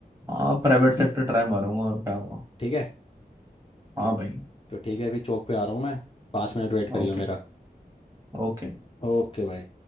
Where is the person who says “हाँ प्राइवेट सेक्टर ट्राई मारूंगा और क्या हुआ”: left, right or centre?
Right